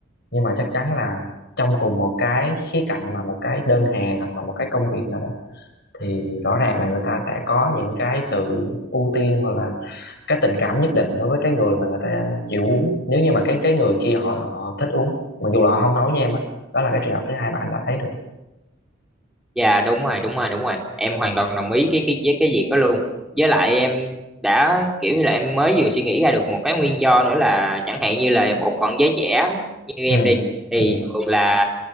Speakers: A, on the left (about 60°); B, in the centre.
A: nhưng mà chắc chắn là trong cùng một cái khía cạnh mà một cái đơn hàng hoặc là một cái công việc nào đó thì rõ ràng là người ta sẽ có những cái sự ưu tiên hoặc là cái tình cảm nhất định đối với cái người mà người ta chịu uống nếu như mà cái cái người kia họ họ thích uống mặc dù là họ không nói với em á đó là cái trường hợp thứ hai mà anh đã thấy được
B: Dạ đúng rồi đúng rồi đúng rồi em hoàn toàn đồng ý cái cái với cái việc đó luôn với lại em đã kiểu như là em mới vừa suy nghĩ ra được một cái nguyên do nữa là chẳng hạn như là bộ phận giới trẻ như em
A: ừ
B: đi thì
A: ừ
B: thường là